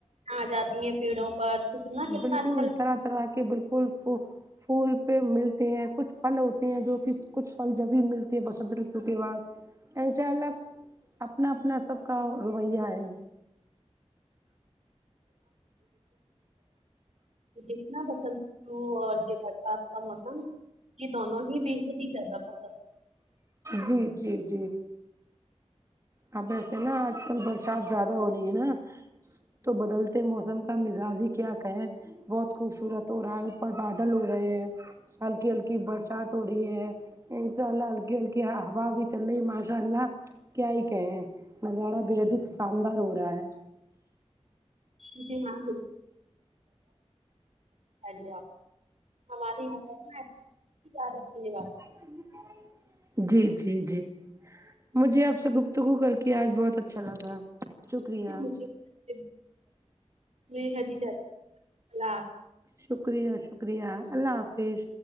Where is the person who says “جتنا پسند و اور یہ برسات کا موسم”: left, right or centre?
Right